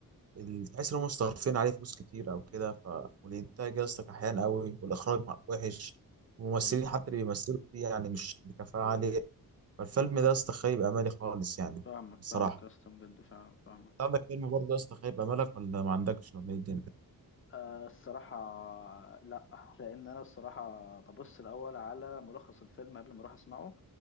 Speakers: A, on the right (about 45°); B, on the left (about 35°).
A: ال- تحس ان هم مصرفين عليه فلوس كتير او كده ف... والانتاج يا اسطى كحيان قوي والاخراج مع- وحش الممثلين
B: أمم،
A: حتى اللي بيمثلوا فيه يعني مش بكفاءه عاليه فالفيلم ده يا اسطى خيب امالي خالص يعني
B: فاهمك
A: بصراحه
B: فاهمك يا اسطى بجد فعلا فاهمك
A: انت عندك فيلم برضه يا اسطى خيب امالك ولا ما عندكش ولا ايه الدنيا
B: آه الصراحة لا لأن أنا الصراحة ببص الأول على ملخص الفيلم قبل ما أروح أسمعه